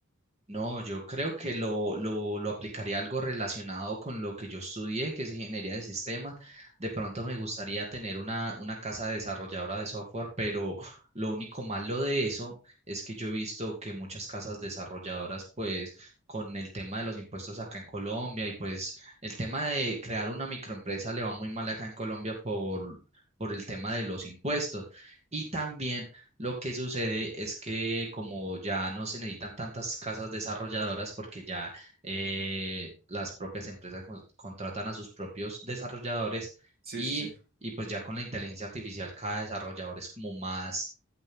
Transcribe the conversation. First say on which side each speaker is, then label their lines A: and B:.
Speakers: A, on the right; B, on the right.
A: No, yo creo que lo, lo, lo aplicaría algo relacionado con lo que yo estudié, que es ingeniería de sistemas. De pronto me gustaría tener una, una casa desarrolladora de software, pero lo único malo de eso es que yo he visto que muchas casas desarrolladoras, pues con el tema de los impuestos acá en Colombia y pues el tema de crear una microempresa le va muy mal acá en Colombia por, por el tema de los impuestos. Y también lo que sucede es que como ya no se necesitan tantas casas desarrolladoras porque ya eh, las propias empresas con- contratan a sus propios desarrolladores
B: Sí,
A: y,
B: sí, sí.
A: y pues ya con la inteligencia artificial cada desarrollador es como más,